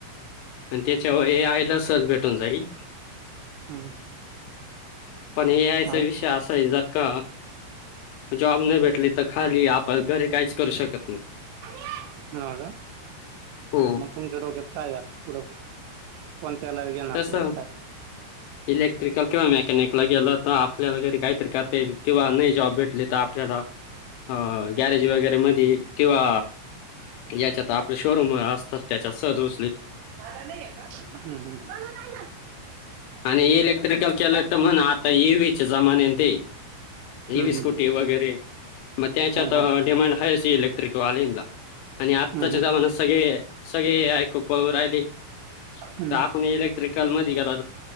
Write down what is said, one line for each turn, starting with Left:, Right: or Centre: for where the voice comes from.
Left: आणि त्याच्यावर ए आयला सच भेटून जाईल.
Right: हम्म.
Left: पण हे एआय चा
Right: हो
Left: विषय असा आहे जर का जॉब नाही भेटली तर खाली आप घरी काहीच करू शकत नाही.
Right: ह
Left: हो
Right: मग तुमच्या डोक्यात काय आता पुढं कोण त्याला घे ना
Left: तसं
Right: तुम्ही काय
Left: इलेक्ट्रिकल किंवा मॅक गेला तरता आपल्याला काहीतरी करता येईल किंवा नाही जॉब भेटले तर आपल्याला अ गॅरेज वगैरे म किंवा याच्यातता आपले शोरूम असतात त्या च स्
Right: मला नाही य का मला नाही
Left: आणि इलेक्ट्रिकल केलं तर म्हण आता इई व्च्या जमान ते इ
Right: हम्म,
Left: व्
Right: हम्म.
Left: स्कूटी वगैरे मग त्याच्यात
Right: हो हो
Left: डिमांड हाच इलेक्ट कतिकवालेलीला आणि
Right: हम्म,
Left: आत्ताच्या
Right: हम्म.
Left: जमान्यात सगळे सगळे ऐकूप राहिले
Right: हम्म.
Left: तर आपण येले तररी काल मरी गला